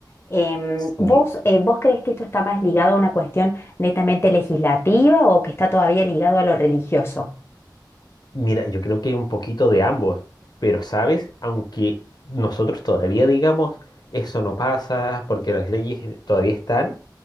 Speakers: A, on the left (about 35°); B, on the left (about 60°).
A: Em,
B: Sí.
A: ¿vos, eh, vos crees que esto está más ligado a una cuestión netamente legislativa o que está todavía ligado a lo religioso?
B: Mira, yo creo que hay un poquito de ambos, pero sabes, aunque nosotros todavía digamos eso no pasa porque las leyes todavía están,